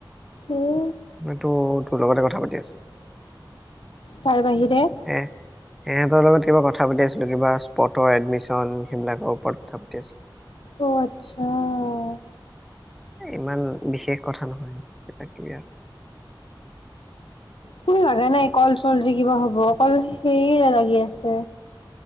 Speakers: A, on the left (about 85°); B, in the centre.
A: উ
B: ম‌ইটো তোৰ লগতে কথা পাতি আছো।
A: তাৰ বাহিৰে <unintelligible>
B: এ সিহঁতৰ লগত কিবা কথা পাতি আছিলো কিবা। পতৰ এডমিচন, সেইবিলাকৰ ওপৰত কথা পাতি আছো।
A: অ' আচ্ছা
B: ইমান বিশেষ কথা নহয় কিবাকিবি আৰু।
A: কোনো লাগা নাই কল চল যে কিব হ'ব অকল সেয় লাগি আছে।